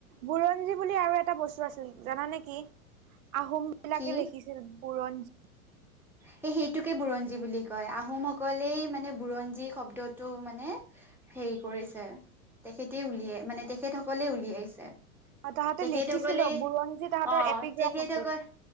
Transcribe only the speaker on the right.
বুৰঞ্জী বুলি আৰু এটা বস্তু আছিল জানা নেকি আহোম বিলাকে
লিখি ছিল বুৰঞ্জী <unintelligible>
অ', তাহাঁতে
লিখিছিল বুৰঞ্জী তাহাঁতৰ
এপিগ্ৰাফ
আছিল